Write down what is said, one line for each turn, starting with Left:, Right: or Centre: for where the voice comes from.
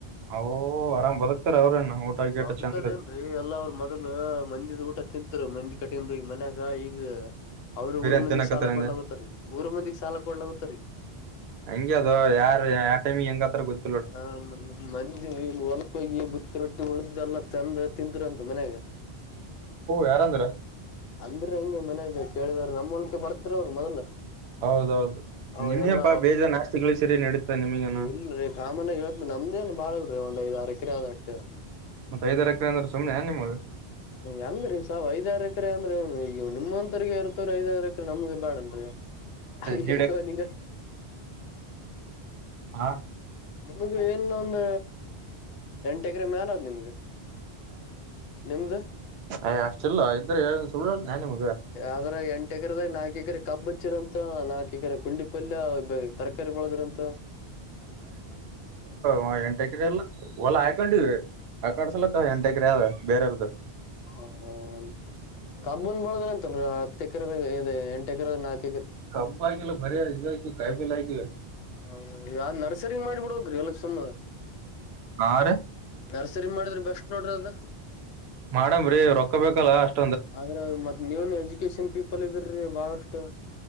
Right: ಹ ಆರಾಮ್ ಬದಕ್ತಾರ ಅವ್ರೇನ ಊಟ ಗೀಟ
Left: ಬದುಕದೇಏನ್ರೀ
Right: ಚಂದ
Left: ಎಲ್ಲ ಅವ್ರ ಮಗಲ್ ಮಂದಿದ ಊಟ ತಿಂತರು ಮಂದಿ ಕಟ್ಟಂದು ಈ ಮನ್ಯಾಗ ಈಗ ಅವ್ರರು
Right: ಬಿರಿಯಾನಿ
Left: ಊರ್ ಮಂದಿಗ್
Right: ತಿನ್ನಕತ್ತಾರ
Left: ಸಾಲ ಕೊಡ್ಲಾಗತ್ತಾರೀ
Right: ಅಂದೆ
Left: ಊರ್ ಮಂದಿಗ್ ಸಾಲ ಕೊಡ್ಲಗತ್ತಾರೀ
Right: ಹಂಗಗೆ ಅದು ಯಾರ ಯ ಟೈಮಿಗೆ ಹೆಂಗತ್ರ ಗೊತ್ತ
Left: ಹ ಮಂಜೆ ಹೊಲ್ಕ್ಕೋಗಿ ಬುತ್ತ ರೊಟ್ಟಿ ಉಳ್ದಲ್ಲ ತಂದ ತಿಂದರುಂತು ಮನೆಯಗೆ
Right: ಯಾರಂದ್ರ
Left: ಅಂದ್ರ ಹಂಗೆ ಮನೆ ಇದ ಕೇಳಿದವರು ನಮ್ಮ್ ಹೊಲಕೆ ಬರ್ದ್ರ ಅವ್ರು ಮೊದ್ಲು
Right: ಹೌದೌದು
Left: ಅವ
Right: ನಿಮ್ಗೆಪಾ
Left: ಎಲ್ಲ
Right: ಬೇಜಾನ್ ಆಸ್ತಿಗಳ ಸರಿ ನಡೀತಾ ನಿಮಗೇನ
Left: ಇಲ್ಲೀ ಕಾಮನ್ಾಗ ಹತ್ ನಮ್ದೇಏನ್ ಬಾಳಲ್ರಿೀ ಒಂದ್ಐ್ ಅರಕರೆ ಆದ ಹಟ್ಟ
Right: ಮತ್ತತ್ ಐದರ ಎಕರೆ ಅಂದ್ರೆ ಸುಮನೆ ನಿಮಗೆ
Left: ಹೆಂಗ್ರೀ ಸ ಐದ್ಯಾರು ಎಕರೆ ಅಂದ್ರೆ ಈ ನಿಮ್ಮಂತ. ಇತ್ತಗ ಇರತ್ತವ್ರ ಐದವರ ಎಕ್ರ ನಮ್ಗೆ ಬಾಡನ್ರಿ ಈಕಗ.
Right: ಜೀಡೆ ಹಾ
Left: ನಿಮಗ ಏನ ಒಂದ. ಎಂಟು ಎಕರೆ ಮ್ಯಾಲದ ನಿಮ್ಗೆ ನಿಮ್ದ
Right: ಅಯ್ ಅಷ್ಟಲ್ಲ ಇದ್ರೆ ಏ ಸುಳ್ಳಲ್ಲ ನ ನಿಮ್ಗ.
Left: ಅದ್ರ ಎಂಟ ಎಕರೆದಾಗ ನಾಕ ಎಕರೆ ಕಬ್ಬ ಚಿರ ಅಂತ ನಾಲ್ಕ ಎಕರೆ ಕುಂಡಿಪ. ಇಲ್ಲ ತರಕಾರಿ ಬಳದ್ರಂತ.
Right: ಹ ಎಂಟ ಎಕ್ರ ಎಲ್ಲ ಹೊಲ್ಲಾ ಹಾಕೊಂಡಿವವಿ ಹಾಕೊಂಡ್ ಸಲಕ ಎಂಟ ಎಕ್ರ ಆದ ಬೇರೆಯವ್ರದ
Left: ಹಾ ಒಂದು ಕಬ್ಬಂದ ಬಳದ್ರ ಅಂತಲ್ರರಿ ಹತ್ತು ಎಕರದ ಇ ಎಂಟ ಎಕರದ ನಾಕು
Right: ಕಮ್ಮಪ ಆಯಕಲ್ಲ ಬರಿಕ ಕಾಯಮೇಲೆ ಆಯಕು
Left: ಹ ಯಾವ್ ನರ್ಸರಿ ಮಾಡಿಬಿಡೋಗ್ರಿ ಎಲ್ಲ ಸುಮ್ಮ
Right: ಹಾ ರೀ
Left: ನರ್ಸರಿ ಮಾಡಿದ್ರೆ ಬಸ್ ನೋಡ್ರಿ ಅದ
Right: ಮಾಡಮ್ರಿ ರೊಕ್ಕ ಬಲ್ಲ ಅಷ್ಟ
Left: ಆದ್ರ ಮತ್ತ ನೀವನ್ ಎಜುಕೇಶನ್ ಪೀಪಲ್ ಇದ್ರಿ ಬಹಳಷ್ಟು.